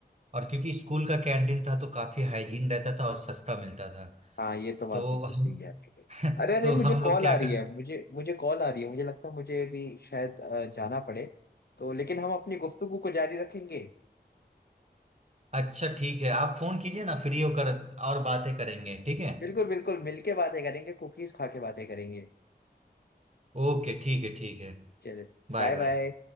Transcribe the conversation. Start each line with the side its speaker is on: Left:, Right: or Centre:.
Right: और क्योंकि स्कूल का कैंटीन था तो काफी हाइजीन रहता था और सस्ता मिलता था
Left: हाँ ये तो बात
Right: तो
Left: बिल्कुल
Right: हम
Left: सही है आपकी
Right: <laughs>
Left: अरे अरे
Right: तो
Left: मुझे
Right: हम लोग
Left: कॉल
Right: क्या
Left: आ रही
Right: कर
Left: है मुझे मुझे कॉल आ रही है मुझे लगता है मुझे भी शायद अ, जाना पड़े तो लेकिन हम अपनी गुफ्तगू को जारी रखेंगे
Right: अच्छा ठीक है आप फोन कीजिए ना फ्री होकर और बातें करेंगे ठीक है
Left: बिल्कुल बिल्कुल मिलके बातें करेंगे कुकीज खा के बातें करेंगे
Right: ओके ठीक है ठीक है
Left: चलिए
Right: बाय
Left: बाय बाय
Right: बाय